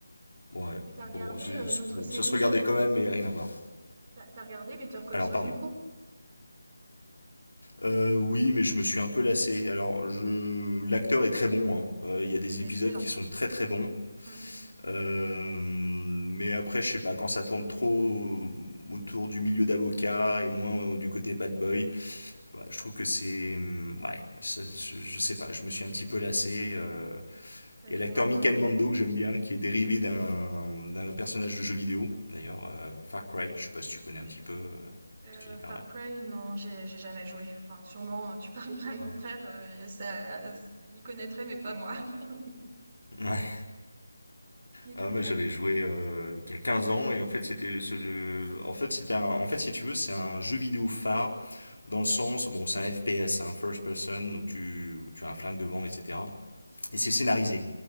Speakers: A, on the left (about 65°); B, on the right (about 25°).
A: ouais,
B: Mais t'as
A: bon,
B: regardé
A: c'est-
B: euh,
A: c'est-
B: l'autre
A: bon,
B: série
A: ça se regardait
B: euh, de...
A: quand même, mais rien à voir.
B: T'as t'as regardé Better Call
A: Alors,
B: Saul,
A: pardon.
B: du coup?
A: Euh, oui, mais je me suis un peu lassé. Alors, je... l'acteur est très bon, hein. Euh, Il y a des
B: Il
A: épisodes
B: est excellent.
A: qui sont très très bons.
B: Mm, mm.
A: Euh, mais après, je sais pas, quand ça tourne trop autour du milieu d'avocat et moins euh, du côté bad boy, bah, je trouve que c'est. mm, Ouais, ça- je, sais pas, je me suis un petit peu lassé. euh.
B: Ça
A: Il y
B: tourne
A: a l'acteur
B: un peu
A: Michael
B: en rond.
A: Mando que j'aime bien, qui est dérivé d'un d'un personnage de jeu vidéo, d'ailleurs, euh, Far Cry, je sais pas si tu connais
B: C'est-
A: un petit peu euh,
B: euh,
A: cet univers-là.
B: Far Cry, non, j'ai j'ai jamais joué. Enfin, sûrement, euh, tu <laughs> parles à mon
A: Ouais.
B: frère, euh, ça, il connaîtrait, mais pas moi. <laughs>
A: Ouais.
B: Et
A: Ah,
B: du
A: bah,
B: coup...
A: j'avais joué euh, il y a quinze ans et en fait c'était ce- le... en fait c'était un... en fait si tu veux c'est un jeu vidéo phare dans le sens bon c'est un FPS un first person donc tu tu as un flingue devant etc et c'est scénarisé